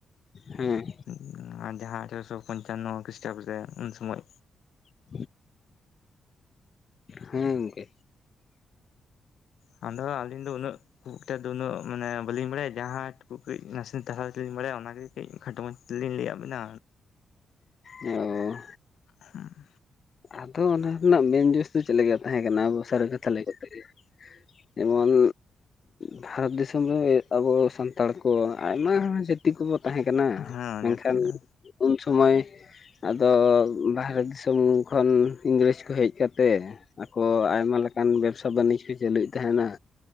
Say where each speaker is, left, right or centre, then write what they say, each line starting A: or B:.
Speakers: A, on the left (about 40°); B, on the left (about 75°).
A: ᱦᱮᱸ
B: ᱩᱸ ᱟᱨ ᱡᱟᱦᱟᱸ ᱟᱴᱷᱮᱨᱚᱥᱚ ᱯᱚᱧᱪᱟᱱᱱᱚ ᱠᱷᱤᱥᱴᱟᱵ ᱨᱮ ᱩᱱ ᱥᱩᱢᱚᱭ
A: <inaudible> ᱦᱮᱸ ᱜᱚᱝᱠᱮ᱾
B: ᱦᱮᱸ ᱟᱫᱚ ᱟᱹᱞᱤᱧ ᱫᱚ ᱩᱱᱟᱹᱜ ᱠᱷᱩᱵ ᱮᱠᱴᱟ ᱫᱚ ᱩᱱᱟᱹᱜ ᱢᱟᱱᱮ ᱵᱟᱹᱞᱤᱧ ᱵᱟᱲᱟᱭᱟ ᱡᱟᱦᱟᱸ ᱴᱩᱠᱩ ᱱᱟᱥᱮ <unintelligible> ᱞᱤᱧ ᱵᱟᱲᱟᱭᱟ ᱚᱱᱟᱜᱮ ᱠᱟᱹᱡ ᱠᱷᱟᱴᱚ ᱢᱚᱡᱽᱛᱮ ᱞᱤᱧ ᱞᱟᱹᱭᱟᱫ ᱵᱤᱱᱟ᱾
A: ᱳ
B: <unintelligible>
A: ᱟᱫᱚ ᱚᱱᱟ ᱨᱮᱱᱟᱜ ᱢᱮᱱ ᱡᱳᱥ ᱫᱚ ᱪᱮᱫ ᱞᱮᱠᱟ ᱛᱟᱦᱮᱸ ᱠᱟᱱᱟ ᱟᱵᱚ ᱥᱟᱹᱨᱤ ᱠᱟᱛᱷᱟ ᱞᱟᱹᱭ ᱠᱟᱛᱮ ᱜᱮ ᱮᱢᱚᱱ ᱵᱷᱟᱛ ᱫᱤᱥᱚᱢ ᱨᱮ ᱟᱵᱚ ᱥᱟᱱᱛᱟᱲ ᱠᱚ ᱟᱭᱢᱟ ᱡᱮ ᱛᱤᱠᱩ ᱠᱚ ᱛᱟᱦᱮᱸ ᱠᱟᱱᱟ
B: ᱦᱮᱸ
A: ᱢᱮᱱᱠᱷᱟᱱ
B: ᱡᱟᱹᱛᱤ ᱠᱚᱫᱚ
A: ᱩᱱ ᱥᱚᱢᱚᱭ ᱟᱫᱚ ᱵᱟᱦᱨᱮ ᱫᱤᱥᱚᱢ ᱠᱷᱚᱱ ᱤᱝᱨᱮᱡᱽ ᱠᱚ ᱦᱮᱡ ᱠᱟᱛᱮ ᱟᱠᱚ ᱟᱭᱢᱟ ᱞᱮᱠ ᱠᱟᱱ ᱵᱮᱵᱥᱟ ᱵᱟᱹᱱᱤᱡ ᱠᱚ ᱪᱟᱹᱞᱩᱭᱮᱫ ᱛᱟᱦᱮᱱᱟ